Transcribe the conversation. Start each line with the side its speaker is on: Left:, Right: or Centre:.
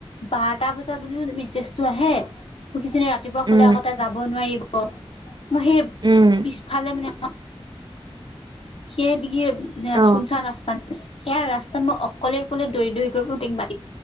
Left: বাৰটা বজাত বুলি মেছেজটো আহে। মোক কিজনী ৰাতিপুৱা
Right: উম
Left: ক'লে আকৌ তাই যাব নোৱাৰিব মই সেই
Right: উম
Left: পিছফালে মানে সে দিগি এব <unintelligible>
Right: অ
Left: চুনচান ৰাস্তা সেয়া ৰাস্তাত মই অকলে অকলে দৈ দৈ গৈবু তাইক মাতি